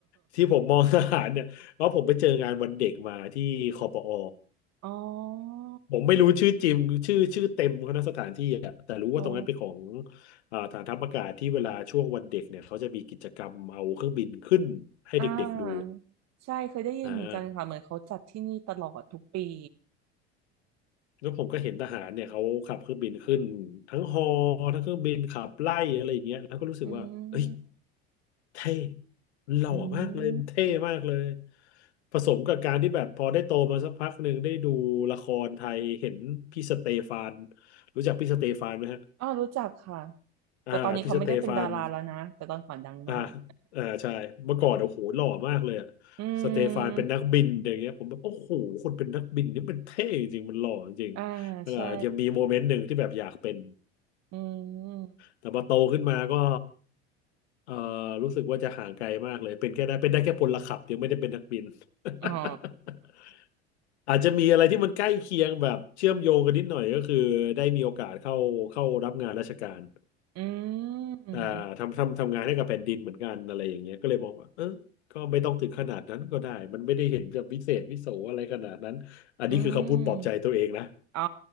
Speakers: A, on the left; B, on the right.
A: ที่ผมมองทหารเนี่ยเพราะผมไปเจองานวันเด็กมาที่คอปอ
B: <laughs> อ๋อ
A: ผมไม่รู้ชื่อจริงชื่อชื่อเต็มเขานะสถานที่อะแต่รู้ว่าตรงนั้นเป็นของ
B: อ๋อ
A: อ่าฐานทัพอากาศที่เวลาช่วงวันเด็กเนี่ยเขาจะมีกิจกรรมเอาเครื่องบินขึ้นให้เด็กๆดู
B: อ่าใช่เคยได้ยินเหมือนกันค่ะเหมือนเขาจัดที่นี่ตลอดทุกปี
A: อ่าแล้วผมก็เห็นทหารเนี่ยเขาขับเครื่องบินขึ้นทั้งฮอทั้งเครื่องบินขับไล่อะไรอย่างเงี้ยแล้วก็รู้สึกว่าเอ้ย
B: อืม
A: เท่หล่อมากเลยเท่มากเลย
B: อืม
A: ผสมกับการที่แบบพอได้โตมาสักพักหนึ่งได้ดูละครไทยเห็นพี่สเตฟานรู้จักพี่สเตฟานไหมฮะ
B: อ๋อรู้จักค่ะ
A: อ่าพี่สเตฟาน
B: แต่ตอนนี้เขาไม่ได้เป็นดาราแล้วนะแต่ตอนก่อนดังมาก
A: อ่าอ่าใช่เมื่อก่อนโอ้โหหล่อมากเลยอะ
B: <laughs> อื
A: สเตฟานเป็นนักบินอย่างเงี้ยผมแบบโอ้โหคนเป็นนักบินนี่มันเท่จริงมันหล่อจริง
B: มอ่า
A: อ่ายังมีโมเมนต์หนึ่งที่แบบอยากเป็น
B: ใช่อืม
A: แต่พอโตขึ้นมาก็เอ่อรู้สึกว่าจะห่างไกลมากเลยเป็นแค่ได้เป็นได้แค่พลขับยังไม่ได้เป็นนักบิน <laughs>
B: อ๋อ
A: อาจจะมีอะไรที่มันใกล้เคียงแบบเชื่อมโยงกันนิดหน่อยก็คือได้มีโอกาสเข้าเข้ารับงานราชการ
B: <laughs> อืม
A: อ่าทำทำทำงานให้กับแผ่นดินเหมือนกันอะไรอย่างเงี้ยก็เลยมองว่าเออก็ไม่ต้องถึงขนาดนั้นก็ได้มันไม่ได้เห็นจะวิเศษวิโสอะไรขนาดนั้นอันนี้คือคำพูดปลอบใจตัวเองนะ
B: อืมอ๋อ